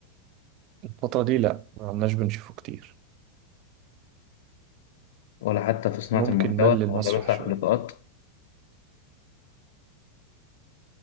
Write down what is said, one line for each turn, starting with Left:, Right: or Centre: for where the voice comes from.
Right: الفترة دي لا ما عمناش بنشوفه كتير
Left: ولا حتى في صناعة
Right: ممكن
Left: المحتوى
Right: مل المسرح
Left: ولا بيطلع
Right: شوية
Left: في لقاءات